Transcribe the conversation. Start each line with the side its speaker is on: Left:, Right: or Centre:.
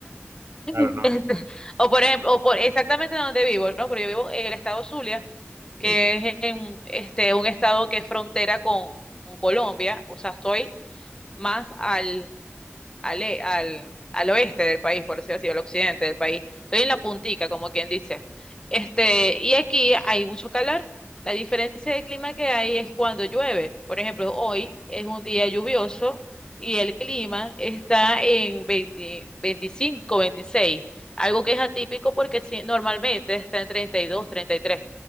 Left: <laughs>
Right: claro, no.
Left: Este, o por ejemplo, o por exactamente donde vivo, ¿no? Porque yo vivo en el estado Zulia, que
Right: sí.
Left: es en, este, un estado que es frontera con, con Colombia. O sea, estoy más al al, e- al, al oeste del país, por decirlo así, al occidente del país. Soy en la puntica, como quien dice. Este, y aquí hay mucho calor. La diferencia de clima que hay es cuando llueve. Por ejemplo, hoy es un día lluvioso y el clima está en 20 25, 26, algo que es atípico porque si- normalmente está en treinta treinta y dos, treinta y tres.